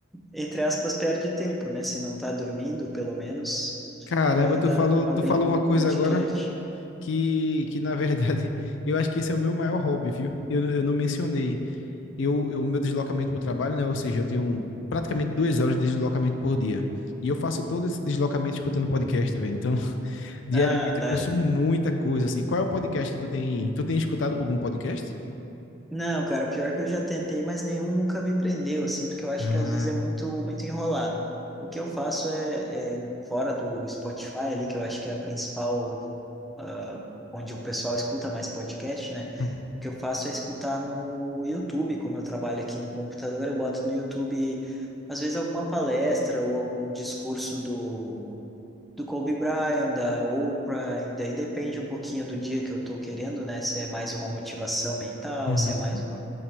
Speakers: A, in the centre; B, on the left.
A: entre aspas, perde tempo, né? Se não tá dormindo, pelo menos,
B: Caramba,
A: ah,
B: tu
A: tá,
B: falou,
A: tá
B: tu
A: ouvindo
B: falou
A: um
B: uma coisa
A: podcast.
B: agora que, que na verdade, <laughs> eu acho que esse é o meu maior hobby, viu? Eu, eu não mencionei. Eu, eu meu deslocamento para o trabalho, né? Ou seja, eu tenho praticamente duas horas de deslocamento por dia. E eu faço todo esse deslocamento escutando podcast, velho. Então, <laughs> diariamente
A: Ah, tá.
B: eu consumo muita coisa, assim. Qual é o podcast que tu tem? Tu tem escutado algum podcast?
A: Não, cara, pior que eu já tentei, mas nenhum nunca me prendeu, assim, porque eu acho
B: Ah,
A: que às vezes é muito, muito enrolado. O que eu faço é, é fora do Spotify ali, que eu acho que é a principal, ah, onde o pessoal escuta mais podcast, né?
B: uhum,
A: O que eu faço é escutar no YouTube, como eu trabalho aqui no computador, eu boto no YouTube, às vezes, alguma palestra ou algum discurso do, do Kobe Bryant, da Oprah, e daí depende um pouquinho do dia que eu tô querendo, né? Se é mais uma motivação mental,
B: uhum,
A: se é mais uma